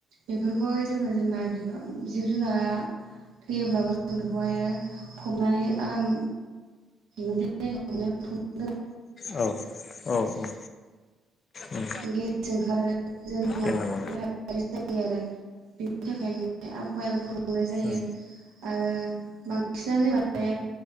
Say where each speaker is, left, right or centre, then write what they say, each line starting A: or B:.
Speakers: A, on the right; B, on the left.
A: बेफोरखौहाय जोङो <unintelligible> जिब जुनारा थैयोब्लाबो जों बेखौहायो फबनानै आराम म
B: औ औ औ उम
A: गेस ओंखारो जों
B: दोननांगौ
A: जायो आरो बेनि थाखायनो आबहावाया गुबुंले जायो
B: उम
A: आरो बांसिनानो माने